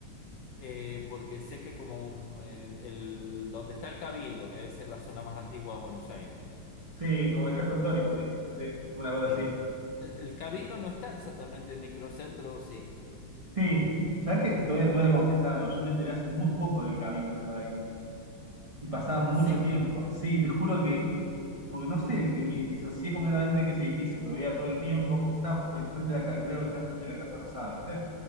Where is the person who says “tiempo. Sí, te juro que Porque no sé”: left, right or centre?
Right